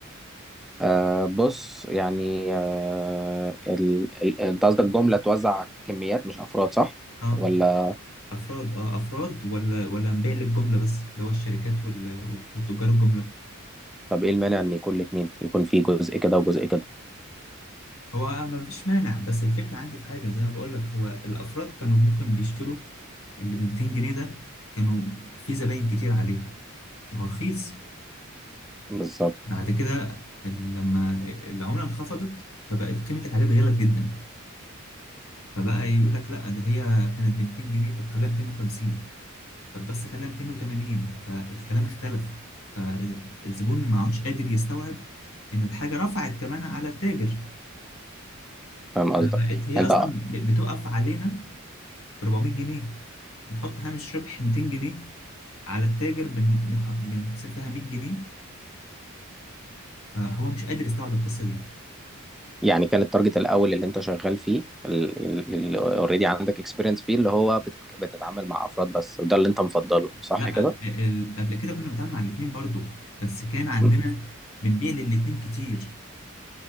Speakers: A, in the centre; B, on the left.
A: آه بص يعني آه ال... ال... انت قصدك جملة توزع كميات مش أفراد صح؟
B: اه
A: ولا
B: افراد اه افراد ولا ولا نبيع للجمله بس اللي هو الشركات وال... والتجار الجمله
A: طب ايه المانع ان يكون الاتنين يكون في جزء كده وجزء كده
B: هو آه، ما فيش مانع بس الفكره عندي في حاجه زي ما بقول لك هو الافراد كانوا ممكن بيشتروا اللي ب 200 جنيه ده كانوا في زباين كتير عليه ما هو رخيص
A: بالظبط
B: بعد كده ال- لما العمله انخفضت فبقت قيمه الحاجات غلت جدا فبقى يقول لك لا ده هي كانت ب 200 جنيه طب خليها 250 طب بس خليها 280 فالكلام اختلف فالزبون ما عادش قادر يستوعب ان الحاجه رفعت كمان على التاجر
A: فاهم قصدك
B: فبقت هي
A: انت
B: اصلا بتقف علينا ب 400 جنيه نحط هامش ربح 200 جنيه على التاجر بن- بنح- بنكسب لها 100 جنيه فهو مش قادر يستوعب القصه دي
A: يعني كان التارجت الاول اللي انت شغال فيه ال- ال- اللي اوريدي عندك اكسبيرينس فيه اللي هو بتت- بتتعامل مع افراد بس وده اللي انت مفضله صح
B: لا
A: كده
B: ال- قبل كده كنا بنتعامل مع الاثنين برضو بس كان عندنا
A: م.
B: بنبيع للاثنين كتير